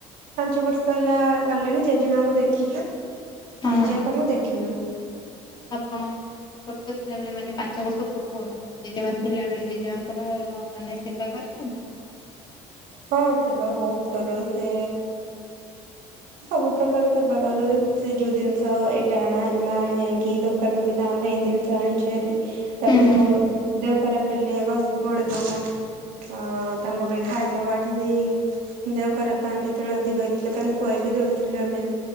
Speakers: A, on the right; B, on the left.
A: ପାଞ୍ଚ ବର୍ଷ ହେଲା ଗଲେଣି ଜେଜେମାଙ୍କୁ ଦେଖିଛୁ
B: ହଁ
A: ଜେଜେପାଙ୍କୁ ଦେଖି
B: ଆପଣ ଥିଲାବେଳେ ମାନେ ପାଞ୍ଚ ବର୍ଷ ପୂର୍ବରୁ ଜେଜେମା ଥିଲାବେଳେ ଜେଜେମାଙ୍କର ମାନେ ସେବା କରିଛନ୍ତି?
A: ହଁ ସେବା ବହୁତ କରୁ। ସେ ସବୁ ପ୍ରକାର ସେବା କରୁ ସେ ଯୋଉ ଜିନିଷ ଏଇଟା ଆଣ ମା ଯାଇକି ଦୋକାନରୁ ବି ତା ପାଇଁ ଜିନିଷ ଆଣିଛୁ ଯେପରି ତାଙ୍କୁ
B: ହୁଁ
A: ଦେହ ଖରାପ ପିଲେ ଘସି ମୋଡିଦବୁ ତାଙ୍କ ପାଇଁ ଖାଇବା ବାବା ଏଠି ଦେହ ଖରାପ ତାଙ୍କ ଯେତେବେଳେ ଅଧିକ ହେଇଥିଲା ତାଙ୍କୁ ଖୁଆଇବି ଦଉଥିଲୁ ଆମେ।